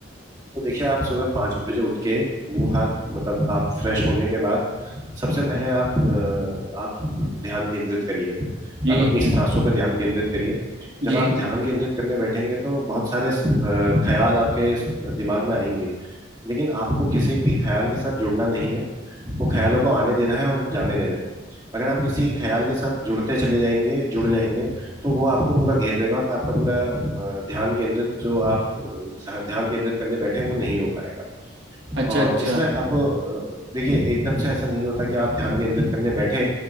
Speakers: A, on the right; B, on the right.
A: तो देखिए आप सुबह पाँच बजे उठ के मुंह हाथ मतलब आप फ्रेश होने के बाद सबसे पहले आप अ, आप ध्यान केंद्रित करिए
B: जी
A: आप अपनी सांसों पर ध्यान केंद्रित करिए जब
B: जी
A: आप ध्यान केंद्रित करने बैठेंगे तो बहुत सारे अ, ख्याल आपके दिमाग में आएंगे लेकिन आपको किसी भी ख्याल के साथ जुड़ना नहीं है वो ख्यालों को आने देना है और जाने देना है अगर आप किसी ख्याल के साथ जुड़ते चले जाएंगे जुड़ जाएंगे तो वो आपको पूरा घेर लेगा और आपका पूरा अ, ध्यान केंद्रित जो आप अ, ध्यान केंद्रित करने बैठे हैं वो नहीं हो पाएगा
B: अच्छा
A: और
B: अच्छा
A: इसमें आपको अ, देखिए एकदम से ऐसा नहीं होता कि आप ध्यान केंद्रित करने बैठे